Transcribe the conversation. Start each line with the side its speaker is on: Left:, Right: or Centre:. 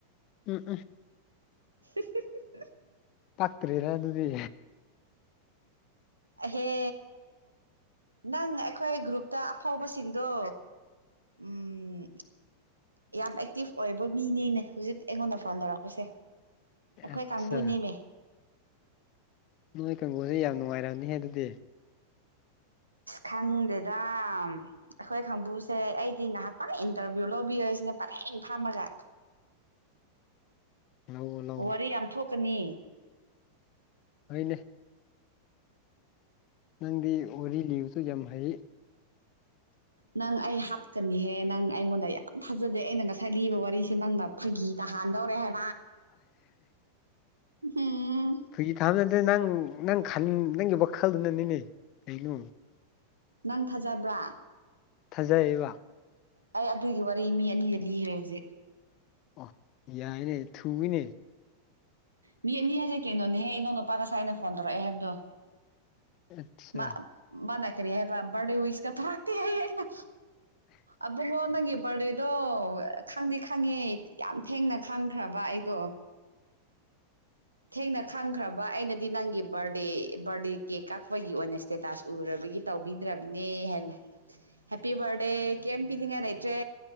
Left: ꯎꯝ ꯎꯝ
Right: <unintelligible>
Left: ꯄꯛꯇꯔ꯭ꯦꯗ ꯑꯗꯨꯗꯤ
Right: ꯑꯍꯦ ꯅꯪ ꯑꯩꯈꯣꯏ ꯒ꯭ꯔꯨꯞ ꯇ ꯑꯐꯥꯎꯕꯁꯤꯡꯗꯣ ꯎꯝ ꯌꯥꯝ ꯑꯦꯛꯇꯤꯚ ꯑꯣꯏꯕ ꯃꯤꯅꯦꯅꯦ ꯍꯧꯖꯤꯛ ꯑꯩꯉꯣꯟꯗ ꯐꯣꯟ ꯇꯧꯔꯛꯄꯁꯦ ꯑꯩꯈꯣꯏ
Left: ꯑꯠꯆꯥ
Right: ꯀꯥꯡꯕꯨ ꯅꯦꯃꯦ
Left: ꯅꯣꯏ ꯀꯥꯡꯕꯨꯁꯦ ꯌꯥꯝ ꯅꯨꯡꯉꯥꯏꯔꯝꯅꯤ ꯍꯦ ꯑꯗꯨꯗꯤ
Right: ꯈꯪꯗꯦꯗ ꯑꯩꯈꯣꯏ ꯀꯥꯡꯕꯨꯁꯦ ꯑꯩꯗꯤ ꯉꯥꯏꯍꯥꯛꯪ ꯏꯟꯇꯔꯚꯤꯌꯨ ꯂꯧꯕꯤꯔꯁꯤꯅꯦ ꯄꯔꯦꯡ ꯐꯝꯃꯒ
Left: ꯂꯧꯋꯣ ꯂꯧꯋꯣ
Right: ꯋꯥꯔꯤ ꯌꯥꯝ ꯊꯣꯛꯀꯅꯤ
Left: ꯍꯣꯏꯅꯦ ꯅꯪꯗꯤ ꯋꯥꯔꯤ ꯂꯤꯕꯁꯨ ꯌꯥꯝ ꯍꯩ
Right: ꯅꯪ ꯑꯩ ꯍꯥꯠꯀꯅꯤꯍꯦ ꯅꯪ ꯑꯩꯉꯣꯟꯗ ꯌꯥꯝ ꯊꯥꯖꯗꯦ ꯑꯩꯅ ꯉꯁꯥꯏ ꯂꯤꯕ ꯋꯥꯔꯤꯁꯦ ꯅꯪꯅ ꯐꯥꯒꯤ ꯇꯥꯍꯟꯗꯧꯔꯦ ꯍꯥꯏ ꯎꯝ
Left: ꯐꯥꯒꯤ ꯇꯥꯍꯟꯕ ꯅꯠꯇ꯭ꯔꯦ ꯅꯪ ꯅꯪ ꯅꯪꯒꯤ ꯋꯥꯈꯜꯗꯨꯅꯅꯤꯅꯦ ꯀꯩꯅꯣ
Right: ꯅꯪ ꯊꯥꯖꯕ꯭ꯔꯥ
Left: ꯊꯥꯖꯩꯌꯦꯕ
Right: ꯑꯩ ꯑꯗꯨꯒꯤ ꯋꯥꯔꯤ ꯃꯤ ꯑꯅꯤꯗ ꯂꯤꯈ꯭ꯔꯦ ꯍꯧꯖꯤꯛ
Left: ꯑꯣ ꯌꯥꯏꯅꯦ ꯊꯨꯏꯅꯦ
Right: ꯃꯤ ꯑꯅꯤ ꯍꯥꯏꯁꯦ ꯀꯩꯅꯣꯅꯦꯍꯦ ꯏꯅꯥꯎ ꯅꯨꯄꯥ ꯉꯁꯥꯏ ꯑꯩꯅ ꯐꯣꯟ ꯇꯧꯔꯛꯑꯦ ꯍꯥꯏꯕꯗꯣ
Left: ꯑꯁꯁꯥ
Right: ꯃꯥ ꯃꯥꯅ ꯀꯔꯤ ꯍꯥꯏꯕ ꯕꯥꯔꯠꯗꯦ ꯋꯤꯁꯀ ꯇꯧꯔꯛꯇꯦ ꯍꯥꯏ ꯑꯩꯅ ꯑꯕꯨꯡꯉꯣ ꯅꯪꯒꯤ ꯕꯥꯔꯠꯗꯦ ꯑꯗꯣ ꯈꯪꯗꯤ ꯈꯪꯉꯦ ꯌꯥꯝ ꯊꯦꯡꯅ ꯈꯪꯈ꯭ꯔꯕ ꯑꯩꯗꯣ ꯊꯦꯡꯅ ꯈꯪꯈ꯭ꯔꯕ ꯑꯩꯅꯗꯤ ꯅꯪꯒꯤ ꯕꯥꯔꯗꯦ ꯕꯥꯔꯗꯦ ꯀꯦꯛ ꯀꯛꯄꯒꯤ ꯑꯣꯏꯅ ꯏꯁꯇꯦꯇꯥꯁ ꯎꯔꯕꯒꯤ ꯇꯧꯕꯤꯗ꯭ꯔꯕꯅꯦ ꯍꯥꯏꯅ ꯍꯦꯞꯄꯤ ꯔꯦ ꯀꯦꯦꯝ ꯄꯤꯗꯤꯉꯅꯏꯇ꯭ꯔꯦ